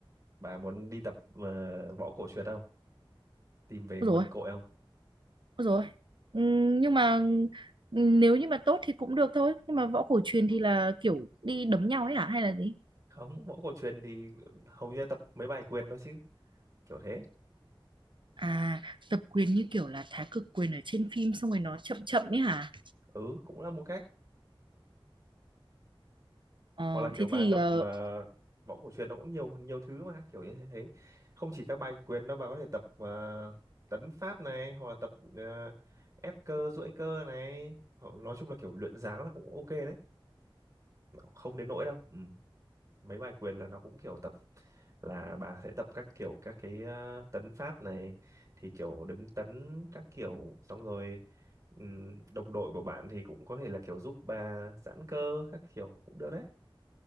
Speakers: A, on the right; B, on the right.
A: Bà muốn đi tập ờ, võ cổ truyền không? Tìm về nguồn
B: Rồi.
A: cội không?
B: rồi Ừm, nhưng mà nếu như mà tốt thì cũng được thôi nhưng mà võ cổ truyền thì là kiểu đi đấm nhau ấy hả hay là gì
A: Không, võ cổ truyền thì hầu như là tập mấy bài quyền thôi chứ, kiểu thế.
B: à tập quyền như kiểu là thái cực quyền ở trên phim xong rồi nó chậm chậm ấy hả
A: Ừ, cũng là một cách.
B: ờ
A: Hoặc là kiểu
B: thế
A: bà
B: thì
A: tập
B: ờ
A: mà võ cổ truyền nó cũng nhiều nhiều thứ mà, kiểu như thế. Không chỉ các bài quyền đâu, bà có thể tập ờ, tấn pháp này, hoặc là tập ờ, ép cơ, duỗi cơ này. Hoặc- Nói chung là kiểu luyện dáng là cũng ok đấy. Không đến nỗi đâu. Ừ. mấy bài quyền là nó cũng kiểu tập là bà sẽ tập các kiểu các cái ờ, tấn pháp này thì kiểu đứng tấn các kiểu xong rồi ừm, đồng đội của bạn thì cũng có thể là kiểu giúp bà giãn cơ các kiểu cũng được đấy